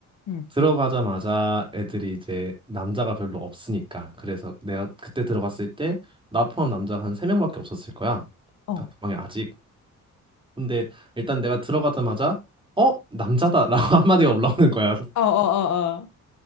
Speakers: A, on the left; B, on the right.
A: 응.
B: 들어가자마자 애들이 이제 남자가 별로 없으니까 그래서 내가 그때 들어갔을 때 나 포함 남자가 한 세명밖에 없었을 거야.
A: 어.
B: 단톡방에
A: 어
B: 아직. 근데 일단 내가 들어가자마자 어? 남자다 라고 <laughs> 한마디가 올라오는 거야.
A: 어어 어.